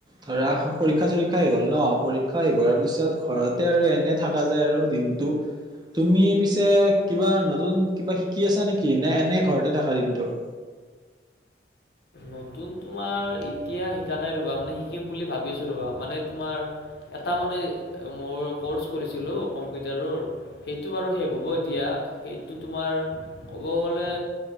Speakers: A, on the right; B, on the left.
A: ধৰা পৰীক্ষা চীক্ষা শে গ'ল ন পৰীক্ষা হেোৱাৰ পিছত ঘৰতে আৰু এনে থকা যায় আৰু দিন কিন্তু তুমি পিছে কিবা নতুন কিবা শিকি আছা নেকি নে এনে ঘৰতে থকা দিনটো উ
B: নতুন তোমাৰ এতিয়া শিকা নাই ৰ'বা মানে শিকিম বুলি ভাবিছো ৰ'বা মানে তোমাৰ তাৰ মানে মোৰ ক'ৰ্চ কৰিছিলোঁ কম্পিউটাৰৰ সেইটো বাৰু শেষ হ'ব এতিয়া সেইটো তোমাৰ ক'ব গ'লে